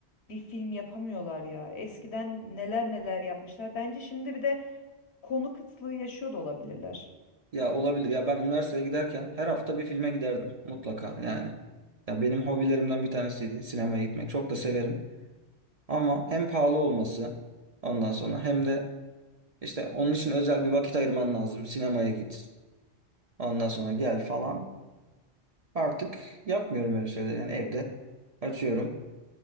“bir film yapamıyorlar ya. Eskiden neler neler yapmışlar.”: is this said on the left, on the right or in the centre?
Left